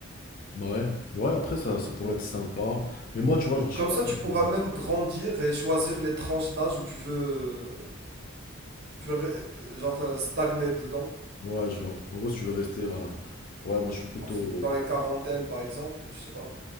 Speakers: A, on the left; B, on the right.
A: Ouais, ouais, après ça, ça pourrait être sympa. Mais moi, tu vois, genre, je
B: Comme
A: suis pas.
B: ça,
A: avec
B: tu pourras
A: le-
B: même grandir et choisir les tranches d'âge où tu veux, euh, tu veux, euh, genre, euh, stagner dedans.
A: Ouais, je vois. En gros, si tu veux rester, voilà. Ouais, moi, je suis plutôt.
B: En f- Dans les
A: euh,
B: quarantaines, par exemple, je sais pas.